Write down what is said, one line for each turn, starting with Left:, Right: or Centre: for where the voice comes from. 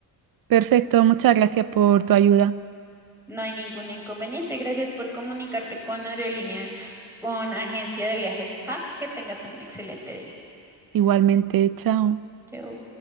Right: Perfecto, muchas gracias por tu ayuda.
Centre: No hay ningún inconveniente. Gracias por comunicarte con Aerolínea, con Agencia de Viajes A. Que tengas un excelente día.
Right: Igualmente, chao.
Centre: Chao.